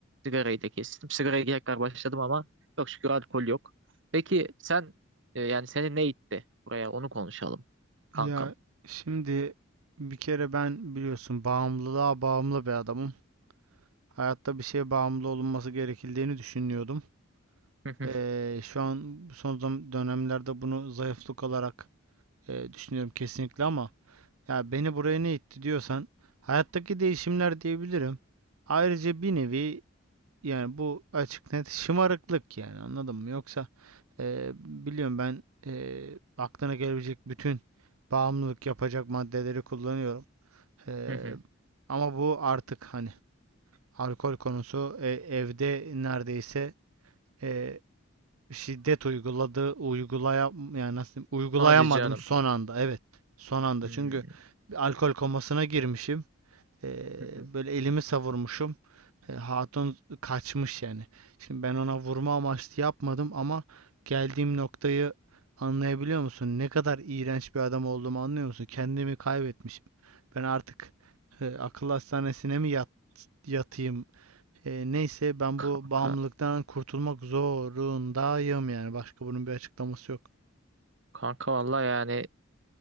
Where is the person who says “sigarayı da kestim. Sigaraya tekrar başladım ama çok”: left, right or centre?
Right